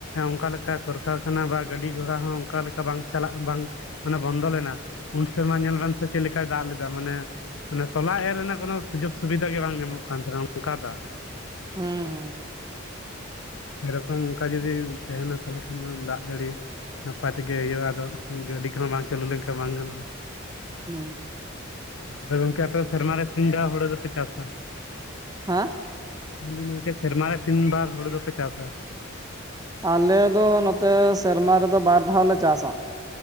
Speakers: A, on the left; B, on the right.
A: ᱚᱱᱠᱟ ᱞᱮᱠᱟ ᱠᱚᱨᱠᱟᱨᱠᱷᱟᱱᱟ ᱵᱟ ᱜᱟᱹᱰᱤ ᱜᱷᱚᱲᱟ ᱦᱚᱸ ᱚᱱᱠᱟᱞᱠᱟ ᱵᱟᱝ ᱪᱟᱞᱟᱜ ᱵᱟᱝ ᱢᱟᱱᱮ ᱵᱚᱱᱫᱚ ᱞᱮᱱᱟ ᱩᱱ ᱥᱮᱨᱢᱟ ᱧᱮᱞ ᱵᱮᱱ ᱥᱮ ᱪᱮᱫ ᱞᱮᱠᱟᱭ ᱫᱟᱜ ᱞᱮᱫᱟ ᱢᱟᱱᱮ ᱢᱟᱱᱮ ᱛᱚᱞᱟ ᱮᱨ ᱨᱮᱱᱟᱜ ᱠᱳᱱᱳ ᱥᱩᱡᱳᱜᱽ ᱥᱩᱵᱤᱫᱷᱟ ᱜᱮ ᱵᱟᱝ ᱧᱟᱢᱚᱜ ᱠᱟᱱ ᱛᱟᱦᱮᱱᱟ ᱚᱱᱠᱟ ᱫᱟᱜ
B: ᱦᱮᱸ ᱦᱮᱸ
A: ᱥᱮᱨᱚᱠᱚᱢ ᱚᱱᱠᱟ ᱡᱩᱚᱫᱤ ᱛᱟᱦᱮᱱᱟ ᱛᱟᱦᱚᱞᱮ ᱠᱷᱟᱱ ᱫᱚ ᱫᱟᱜ ᱡᱟᱹᱲᱤ ᱱᱟᱯᱟᱭ ᱛᱮᱜᱮ ᱦᱩᱭᱩᱜᱼᱟ ᱟᱫᱚ ᱜᱟᱹᱰᱤ ᱠᱚᱦᱚᱸ ᱵᱟᱝ ᱪᱟᱹᱞᱩ ᱞᱮᱱᱠᱷᱟᱱ ᱵᱟᱝ ᱜᱟᱱᱚᱜᱼᱟ
B: ᱦᱮᱸ
A: ᱟᱫᱚ ᱜᱚᱝᱠᱮ ᱟᱯᱮ ᱥᱮᱨᱢᱟᱨᱮ ᱛᱤᱱ ᱫᱷᱟᱣ ᱦᱩᱲᱩ ᱫᱚᱯᱮ ᱪᱟᱥᱟ
B: ᱦᱮ
A: ᱢᱮᱱᱫᱟᱹᱧ ᱜᱚᱠᱮ ᱥᱮᱨᱢᱟᱨᱮ ᱛᱤᱱ ᱵᱟᱨ ᱦᱳᱲᱳ ᱫᱚᱯᱮ ᱪᱟᱥᱟ
B: ᱟᱞᱮ ᱫᱚ ᱱᱚᱛᱮ ᱥᱮᱨᱢᱟ ᱨᱮᱫᱚ ᱵᱟᱨ ᱫᱷᱟᱣᱞᱮ ᱪᱟᱥᱟ